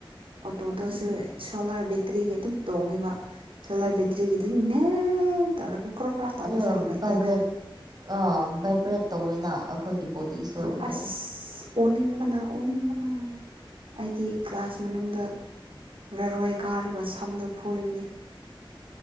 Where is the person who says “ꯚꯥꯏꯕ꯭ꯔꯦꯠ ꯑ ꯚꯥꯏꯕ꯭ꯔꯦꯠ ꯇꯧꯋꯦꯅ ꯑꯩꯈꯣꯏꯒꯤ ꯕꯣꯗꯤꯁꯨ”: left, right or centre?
Right